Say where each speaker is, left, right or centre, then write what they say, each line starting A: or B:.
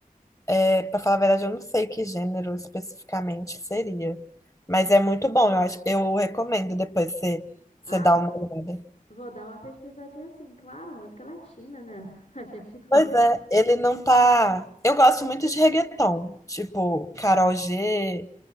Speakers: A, on the left (about 20°); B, on the left (about 55°).
A: É, pra falar a verdade, eu não sei que gênero especificamente seria. Mas é muito bom, eu acho, eu recomendo depois você,
B: Ah,
A: você dar uma olhada.
B: vou dar uma pesquisadinha assim. Claro, música latina, né? <laughs> A gente gosta.
A: Pois é, ele não tá. Eu gosto muito de reggaeton, tipo Karol G.